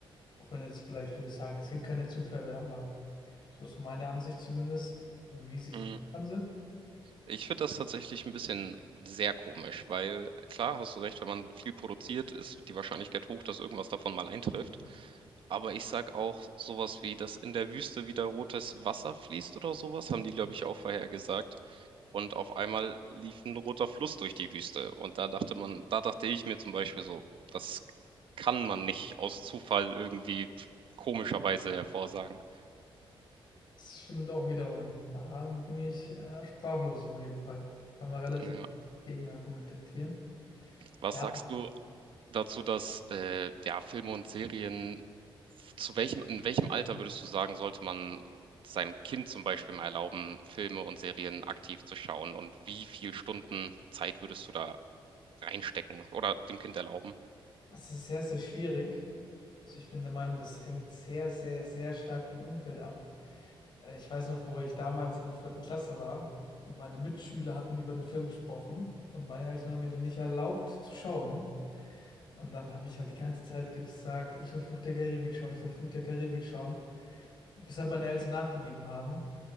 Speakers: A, on the left; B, on the right.
A: Auch wenn jetzt vielleicht viele sagen, es gibt keine Zufälle, aber so ist so meine Ansicht zumindest. Wie siehst
B: Mm.
A: du das Ganze?
B: Ich finde das tatsächlich ein bisschen sehr komisch, weil klar, hast du recht, wenn man viel produziert, ist die Wahrscheinlichkeit hoch, dass irgendwas davon mal eintrifft. Aber ich sag auch sowas wie, dass in der Wüste wieder rotes Wasser fließt oder sowas, haben die, glaube ich, auch vorhergesagt. Und auf einmal lief ein roter Fluss durch die Wüste. Und da dachte man, da dachte ich mir zum Beispiel so, das kann man nicht aus Zufall irgendwie komischerweise hervorsagen.
A: Das stimmt auch wiederum. Da bin ich äh, sprachlos auf jeden Fall. Da kann man relativ
B: Ja.
A: gegen argumentieren.
B: Was
A: Ja,
B: sagst du? dazu, dass äh, ja, Filme und Serien, zu welchem, in welchem Alter würdest du sagen, sollte man seinem Kind zum Beispiel mal erlauben, Filme und Serien aktiv zu schauen? Und wie viel Stunden Zeit würdest du da reinstecken oder dem Kind erlauben?
A: das ist sehr, sehr schwierig. Also ich bin der Meinung, das hängt sehr, sehr, sehr stark vom Umfeld ab. Äh, Ich weiß noch, wo ich damals in der vierten Klasse war und meine Mitschüler hatten über den Film gesprochen und meine Eltern haben mir den nicht erlaubt zu schauen. Und dann habe ich halt die ganze Zeit gesagt, ich will Fluch der Karibik schauen, ich will Fluch der Karibik schauen, bis halt meine Eltern nachgegeben haben.